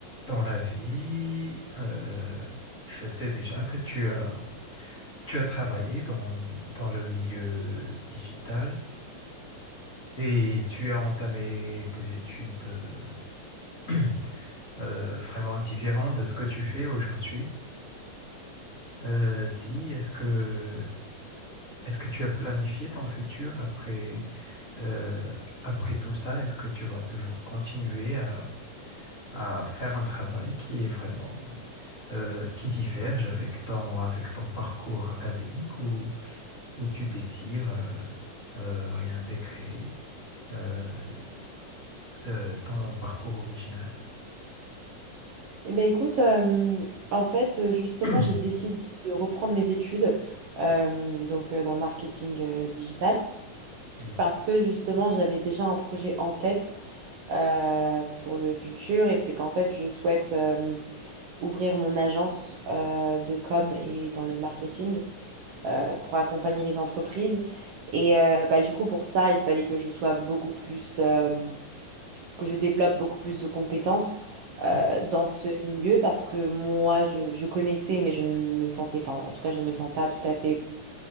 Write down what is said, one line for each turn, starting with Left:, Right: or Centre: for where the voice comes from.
Left: Dans la vie, euh, je sais déjà que tu as, tu as travaillé dans, dans le milieu digital et tu as entamé tes études euh, <clears throat> euh, vraiment différentes de ce que tu fais aujourd'hui. Euh, dis, est-ce que, est-ce que tu as planifié ton futur après, euh, après tout ça? Est-ce que tu vas toujours continuer à, à faire un travail qui est vraiment euh, qui divergent avec ton, avec ton parcours académique où, où tu désires euh, euh, réintégrer euh, de- ton parcours original.
Right: Eh ben écoute, euh, en fait, euh, justement,
Left: <coughs>
Right: j'ai décidé de reprendre mes études euh, donc euh, dans le marketing euh, digital
Left: Mhm.
Right: parce que justement, j'avais déjà un projet en tête euh, pour le futur et c'est qu'en fait, je souhaite euh, ouvrir mon agence euh, de com et dans le marketing euh, pour accompagner les entreprises. Et euh, bah, du coup, pour ça, il fallait que je sois beaucoup plus euh, que je développe beaucoup plus de compétences euh,
Left: Ouais.
Right: dans ce milieu parce que moi, je, je connaissais, mais je ne me sentais, enfin, en tout cas, je ne me sens pas tout à fait